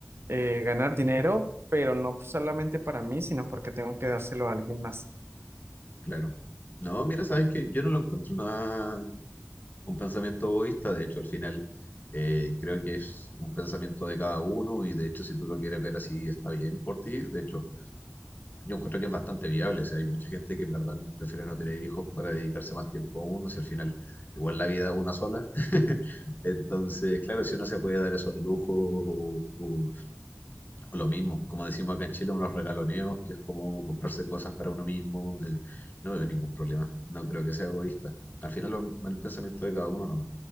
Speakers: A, on the right; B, on the left.
A: eh, ganar dinero, pero no solamente para mí, sino porque tengo que dárselo a alguien más.
B: Claro. No, mira, sabes que yo no lo encuentro una, un pensamiento egoísta, de hecho, al final eh, creo que es un pensamiento de cada uno y de hecho, si tú lo quieres ver así, está bien por ti. De hecho, yo encuentro que es bastante viable, o sea, hay mucha gente que en verdad prefiere no tener hijos para dedicarse más tiempo a uno, si al final igual la vida es una sola. <laughs> Entonces, claro, si uno se puede dar esos lujos o, Lo mismo, como decimos acá en Chile, unos regaloneos, que es como comprarse cosas para uno mismo. eh, no veo ningún problema, no creo que sea egoísta. Al final va va el pensamiento de cada uno nomás.